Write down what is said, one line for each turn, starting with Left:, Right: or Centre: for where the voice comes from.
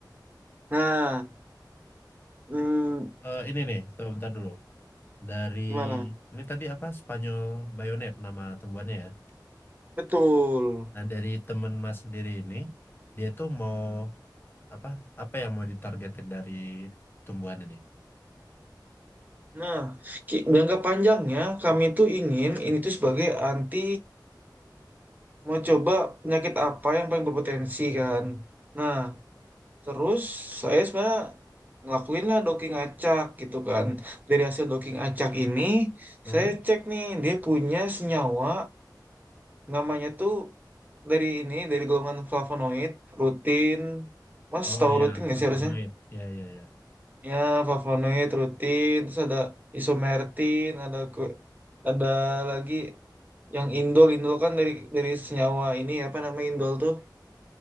Right: Nah, Hmm,
Left: Eh, ini nih, tuh, bentar dulu. Dari,
Right: gimana?
Left: ini tadi apa, Spanyol bayonet nama tumbuhannya ya.
Right: Betul.
Left: Nah, dari temen mas sendiri ini, dia tuh mau, apa, apa yang mau ditargetin dari tumbuhan ini?
Right: Nah, ki- jangka panjangnya kami tuh ingin ini tuh sebagai anti mau coba penyakit apa yang paling berpotensi kan. Nah, terus saya sebenarnya ngelakuin lah docking acak gitu kan. Dari hasil docking acak ini,
Left: Aha.
Right: saya cek nih dia punya senyawa namanya tuh dari ini dari golongan flavonoid rutin. Mas
Left: Oh
Right: tahu
Left: ya,
Right: rutin nggak
Left: flavanoid.
Right: sih harusnya?
Left: ya ya ya.
Right: Ya, flavonoid, rutin, terus ada isomertin, ada ku- ada lagi yang indol, indol kan dari dari senyawa ini apa namanya indol tuh